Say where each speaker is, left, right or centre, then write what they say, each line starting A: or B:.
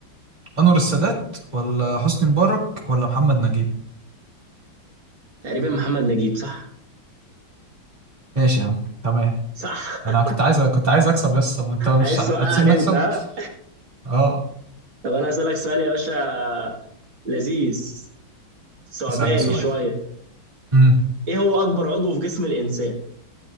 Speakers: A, on the right; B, on the right.
A: انور السادات ولا حسني مبارك ولا محمد نجيب
B: تقريبا محمد نجيب صح؟
A: ماشي يا عم تمام
B: صح <laughs>
A: انا كنت عايز كنت عايز اكسب يس ما انت مش
B: عايز
A: هتسيبني
B: توقعني
A: اكسب
B: أنت ها؟
A: اه
B: طب انا هسألك سؤال يا باشا لذيذ ثعباني
A: اسالني سؤال
B: شوية
A: امم
B: ايه هو اكبر عضو في جسم الانسان